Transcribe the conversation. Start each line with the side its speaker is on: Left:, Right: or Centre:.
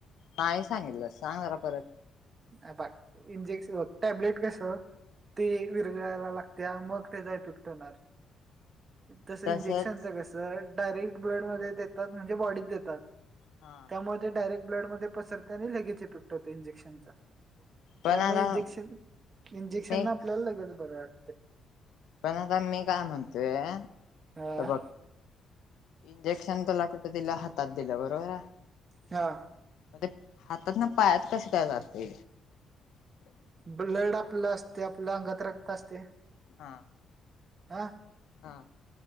Left: नाय सांगितलं सांग र परत.
Right: अ बघ इंजेक्शन ब टॅब्लेट कसं ते विरगळायला लागतया मग त्येचा इफक्ट होणार. तसं
Left: तसच
Right: इंजेक्शनच कस तर डायरेक्ट ब्लड मध्ये देतात म्हणजे बॉडीत देतात.
Left: हा
Right: ते डायरेक्ट ब्लडमध्ये पसरते आणि लगेचे ईफेक्ट होते इंजेक्शनचा.
Left: पण
Right: त्यामुळे
Left: आता
Right: इंजेक्शन इंजेक्शन
Left: मी
Right: न आपल्याला लगेच बरं वाटते.
Left: पण आता मी काय म्हणतोय.
Right: आ.
Left: तर बघ इंजेक्शन तुला कुठ दिलं हातात दिलं बरोबर आहे.
Right: हा.
Left: म ते हातात न पायात कस काय जाते?
Right: ब्लड आपलं असतंय आपल्या अंगात रक्त असतंय
Left: हा.
Right: आं.
Left: हां.